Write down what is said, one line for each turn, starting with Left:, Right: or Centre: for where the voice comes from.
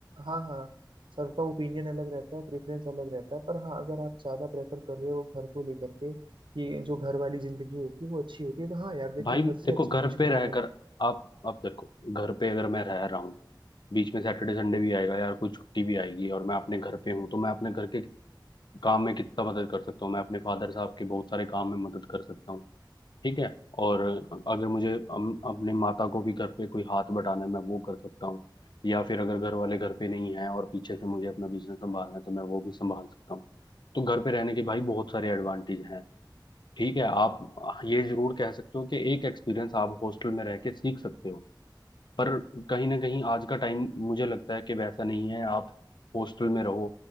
Right: हाँ हाँ सबका ओपिनियन अलग रहता है प्रेफरेंस अलग रहता है पर हाँ अगर आप ज्यादा प्रेफर कर रहे हो घर को लेकर के कि जो घर वाली जिंदगी होती है वो अच्छी होती है तो हाँ यार देखो
Left: भाई
Right: घर
Left: देखो
Right: से अच्छा
Left: घर
Right: कुछ
Left: पे
Right: नहीं
Left: रहकर
Right: है
Left: आप आप देखो घर पे अगर मैं रह रहा हूँ बीच में सैटरडे संडे भी आएगा यार कोई छुट्टी भी आएगी और मैं अपने घर पे हूँ तो मैं अपने घर के काम में कितना मदद कर सकता हूँ मैं अपने फादर साहब के बहुत सारे काम में मदद कर सकता हूँ ठीक है और अगर मुझे अम- अपने माता को भी घर पे कोई हाथ बटाना है मैं वो कर सकता हूँ या फिर अगर घर वाले घर पे नहीं है और पीछे से मुझे अपना बिजनेस संभालना है तो मैं वो भी संभाल सकता हूँ तो घर पे रहने के भाई बहुत सारे एडवांटेज हैं ठीक है आप ये जरूर कह सकते हो कि एक एक्सपीरियंस आप हॉस्टल में रह के सीख सकते हो पर कहीं ना कहीं आज का टाइम मुझे लगता है कि वैसा नहीं है आप हॉस्टल में रहो